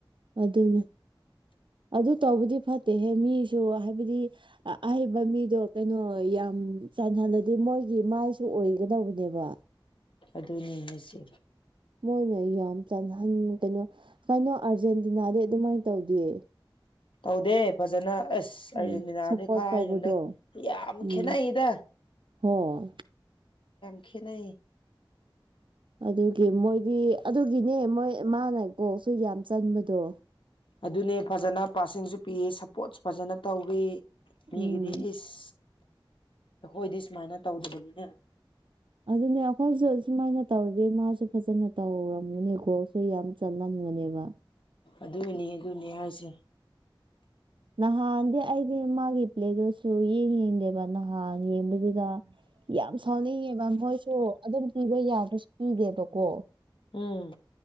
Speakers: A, on the right; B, on the left.
A: ꯑꯗꯨꯅꯦ ꯑꯗꯨ ꯇꯧꯕꯗꯤ ꯐꯠꯇꯦꯍꯦ ꯃꯤꯁꯨ ꯍꯥꯏꯕꯗꯤ ꯑꯍꯩꯕ ꯃꯤꯗꯣ ꯀꯩꯅꯣ ꯌꯥꯝ ꯆꯥꯟꯍꯜꯂꯗꯤꯦ ꯃꯣꯏꯒꯤ ꯃꯥꯏꯁꯨ ꯑꯣꯏꯒꯗ ꯇꯧꯕꯅꯦꯕ
B: ꯑꯗꯨꯅꯤ ꯍꯥꯏꯁꯦ
A: ꯃꯣꯏꯅ ꯌꯥꯝ ꯆꯜꯍꯟ ꯀꯩꯅꯣ ꯀꯩꯅꯣ ꯑꯥꯔꯖꯦꯟꯇꯤꯅꯥꯗꯤ ꯑꯗꯨꯃꯥꯏꯅ ꯇꯧꯗꯦ
B: ꯍꯧꯗꯦ ꯐꯖꯅ ꯑꯁ ꯑꯥꯔꯖꯦꯟꯇꯤꯅꯥꯅꯦ
A: ꯎꯝ ꯁꯞꯄꯣꯔꯠ
B: ꯈꯥꯏ
A: ꯇꯧꯕꯗꯣ
B: ꯅꯣꯗ ꯌꯥꯝ
A: ꯎꯝ
B: ꯈꯦꯠꯅꯩꯗ
A: ꯍꯣꯏ
B: ꯦꯅ
A: ꯑꯗꯨꯒꯤ ꯃꯣꯏꯗꯤ ꯑꯗꯨꯒꯤꯅꯦ ꯃꯣꯏ ꯃꯥꯅ ꯀꯣꯛ ꯁꯨ ꯌꯥꯝ ꯆꯟꯕꯗꯣ
B: ꯑꯗꯨꯅꯦ ꯐꯖꯅ ꯄꯥꯔꯁꯤꯡꯁꯨ ꯄꯤ ꯁꯞꯄꯣꯔꯠꯁꯨ ꯐꯖꯅ ꯇꯧꯋ ꯃꯤꯒꯤꯗꯤ
A: ꯎꯝ
B: ꯏꯁ ꯑꯩꯈꯣꯏꯗꯤ ꯁꯨꯃꯥꯏꯅ ꯇꯧꯗꯕꯅꯤ
A: ꯑꯗꯨꯅꯦ ꯑꯩꯈꯣꯏꯁꯨ ꯁꯨꯃꯥꯏꯅ ꯇꯧꯔꯗꯤ ꯃꯥꯁꯨ ꯐꯖꯅ ꯇꯧꯔꯝꯝꯕꯅꯦ ꯒꯣꯜꯁꯨ ꯌꯥꯝ ꯆꯜꯂꯝꯂꯅꯦꯕ
B: ꯑꯗꯨꯏꯅꯤ ꯑꯗꯨꯅꯤ ꯍꯥꯏꯁꯦ
A: ꯅꯍꯥꯟꯗꯤ ꯑꯩꯗꯤ ꯃꯥꯒꯤ ꯄ꯭ꯂꯦꯗꯨꯁꯨ ꯌꯦꯡ ꯌꯦꯡꯗꯦꯕ ꯅꯍꯥꯟ ꯌꯦꯡꯕꯗꯨꯗ ꯌꯥꯝ ꯁꯥꯎꯅꯤꯡꯉꯦꯕꯦꯝ ꯍꯣꯏꯁꯨ ꯑꯗꯨꯝ ꯄꯤꯕ ꯌꯥꯕꯁꯨ ꯄꯤꯗꯦꯕꯀꯣ
B: ꯎꯝ